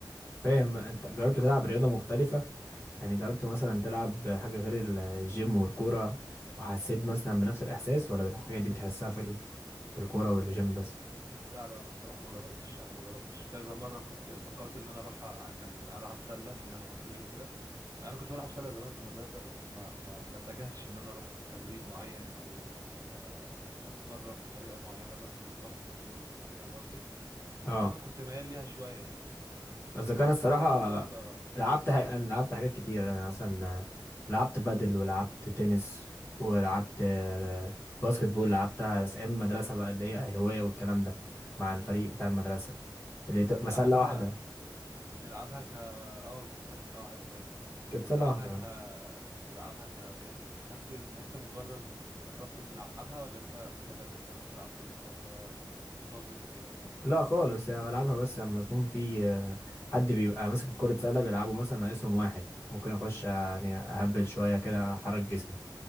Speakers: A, on the left; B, on the right.
A: فاهم انت جربت تلعب رياضة مختلفة يعني جربت مثلا تلعب حاجة غير الجيم والكورة وحسيت مثلا بنفس الإحساس ولا الحاجات دي بتحسها في ال- في الكورة والجيم بس
B: لا لا بس الصراحه ما جربتش يعني ما جربتش كذا مره كنت فكرت ان انا اروح أ- كان العب سله ان انا طويل وكده انا كنت بلعب سله زمان في المدرسه بس ما ما ما اتجهتش ان انا اروح تمرين معين او آه يعني اتمرن بطريقه معينه بس الباسكت بول انت فاهم قصدي بس
A: اه
B: انا كنت ميال ليها شويه يعني
A: قصدي كان
B: انت
A: الصراحة
B: كده برضو ولا بتحب
A: لعبت
B: تلعب
A: ح... أنا لعبت حاجات كتير أنا مثلا لعبت بادل ولعبت تنس ولعبت
B: مم.
A: آه، باسكت بول لعبتها بس أيام المدرسة بقى اللي هي الهواية والكلام ده مع
B: مم.
A: الفريق بتاع المدرسة اللي
B: بتلعبها
A: بتبقى سلة واحدة
B: بتلعبها ك اه كانت سله <laughs> واحده ساعتها
A: كانت
B: بتلعبها
A: سلة واحدة
B: ك بتلعبها ك يعني بس ان انت مجرد جربت تلعبها ولا انت متمرسه وبتلعب كل فتره منتظم وكده
A: لا خالص يعني بلعبها بس لما يكون في آه، حد بيبقى ماسك الكرة سلة بيلعبه مثلا ناقصهم واحد ممكن اخش
B: امم
A: آه، يعني اهبل شوية كده احرك جسمي